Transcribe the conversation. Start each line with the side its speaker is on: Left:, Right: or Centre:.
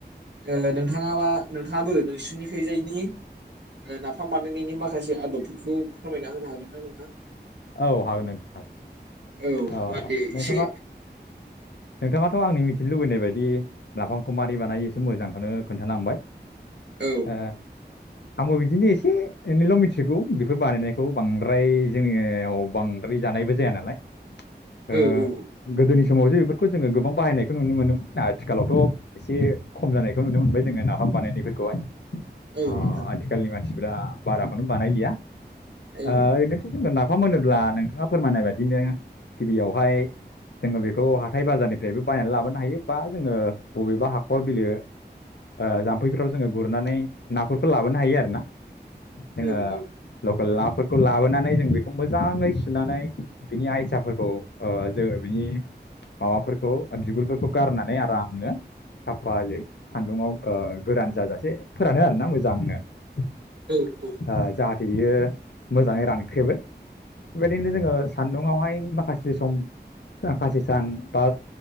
Right: ओ लो नोंथांङाबा नोंथांङाबो नोंसोरनिखैजायनि नाफाम बानायनायनि माखासे आदबफोरखौ फोरमायना होनो हागोन ना नोंथां?
Left: औ हागोन नोंथां हागोन।
Right: औ होमबा
Left: ओ
Right: दे
Left: नोंथांङा
Right: एसे
Left: नोंथांङाथ' आंनि मिथिनो लुबैनाय बायदि नाफामखौ मारि बानायो एसे मोजांखौनो खोन्थालांबाय।
Right: औ
Left: हो आंबो बिदिनो एसे एनैल' मिथिगौ बेफोर बानायनायखौ बांद्राय जोंङो औ बांद्राय जानायबो जाया नालाय ओ
Right: औ औ औ
Left: गोदोनि समावसो बेफोरखौ जोंङो गोबां बाहायनायखौ नुनो मोनोमोन आथिखालावथ' एसे खम जानायखौ नुनो मोनबाय जोंङो नाफाम बानायनाय फोरखौहाय।
Right: औ
Left: अ
Right: नोंथां
Left: आथिखालनि मानसि फुरा बाराखौनो बानायलिया
Right: औ
Left: ओ एनोथ' ङो नाफ फाम मोनोब्ला नोंथांङा फोरमायनाय बायदिनो गिबियावहाय जोंङो बेखौ हाथाय बाजारनिफ्रायबो बायनानै लाबोनो हायो, बा जोंङो बबेबा हाखर बिलो ओ जाम्फैफ्राव जोंङो गुरनानै नाफोरखौ लाबोनो हायो आरोना। जोंङो
Right: औ औ
Left: ल ला फोरखौ लाबोनानै जों बे खौ मोजांङै सुनानै बिनि आयसाफोरखौ ओ जोङो बिनि माबाफोरखौ बिगुरफोरखौ गारनानै आरामनो साफायै सान्दुंङाव ओ गोरान जाजासे फोरानो आरोना मोजांनो। ओ
Right: औ औ
Left: जाहाथे बियो मोजांङै रानख्रेबो बेदिनो जोंङो सान्दुंआवहाय माखासे सम माखासे सान बा